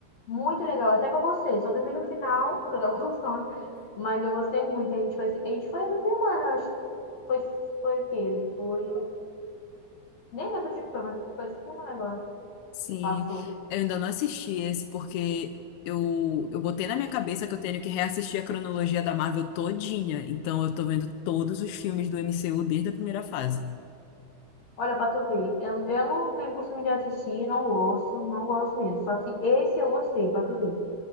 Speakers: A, on the left (about 50°); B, on the left (about 80°).
A: Muito legal, até que eu gostei. Só dormi no final, <laughs> porque eu tava com sono. Mas eu gostei muito. A gente foi, a gente foi essa semana, acho que foi, foi o quê? Foi. Nem lembro o dia que foi, mas foi essa semana agora.
B: Sim,
A: Passou.
B: eu ainda não assisti esse porque eu, eu botei na minha cabeça que eu tenho que reassistir a cronologia da Marvel todinha. Então eu tô vendo todos os filmes do MCU desde a primeira fase.
A: Olha, pra tu ver, eu, eu não tenho costume de assistir, não gosto, não gosto mesmo. Só que esse eu gostei, pra tu ver.